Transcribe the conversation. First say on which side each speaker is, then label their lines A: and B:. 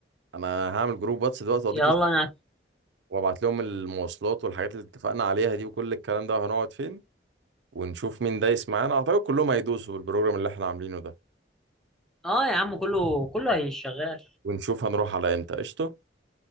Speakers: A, on the right; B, in the centre.
A: انا هعمل جروب واتس دلوقتي واضيف
B: يلا
A: الش-
B: أنا
A: وابعت لهم المواصلات والحاجات اللي اتفقنا عليها دي وكل الكلام ده وهنقعد فين ونشوف مين دايس معانا اعتقد كلهم هيدوسوا بالبروجرام اللي احنا عاملينه ده
B: آه يا عم كله كله هيشغال
A: ونشوف هنروح على امتى قشطة